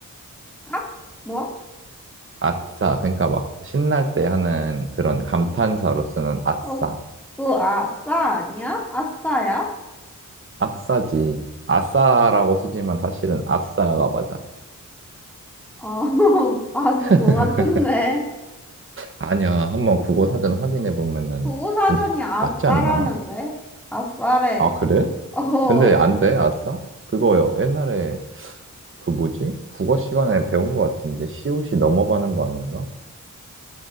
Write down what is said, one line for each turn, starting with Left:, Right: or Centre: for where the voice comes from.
Centre: 앗? 뭐?
Right: 아싸. 그러니까 막 신날 때 하는 그런 감탄사로 쓰는 아싸.
Centre: 어, 그 아싸 아니야? 아싸야?
Right: 아싸지. 아싸라고 쓰지만 사실은 아싸가 맞아.
Centre: 어, <laughs> 아닌
Right: <laughs>
Centre: 것 같은데.
Right: 아니야. 한번 국어 사전 확인해 보면은
Centre: 국어사전이 아싸라는데?
Right: 맞지 않나?
Centre: 아싸래.
Right: 아, 그래?
Centre: 어, 어,
Right: 근데 안 돼? 아싸? 그거요. 옛날에 그 뭐지? 국어 시간에 배운 것 같은데 시옷이 넘어가는 거 아닌가?